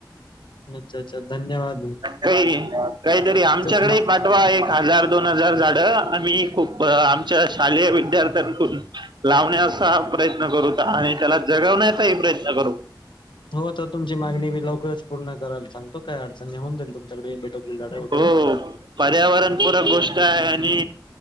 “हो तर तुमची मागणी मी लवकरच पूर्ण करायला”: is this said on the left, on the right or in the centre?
Left